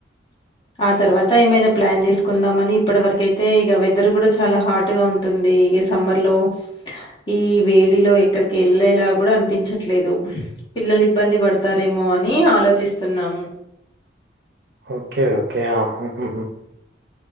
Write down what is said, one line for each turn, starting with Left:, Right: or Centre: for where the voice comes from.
Left: ఆ తర్వాత ఏమైనా ప్లాన్ చేసుకుందాంమని ఇప్పటి వరకు అయితే ఇగ వెదర్ కూడా చాలా హాట్ గా ఉంటుంది ఇ సమ్మర్ లో ఈ వేడిలో ఎక్కడికి వెళ్ళేలా గూడా అనిపించట్లేదు పిల్లలు ఇబ్బంది పడతారేమో అని ఆలోచిస్తున్నాము.
Right: ఓకే ఓకే ఆ ఉహు హు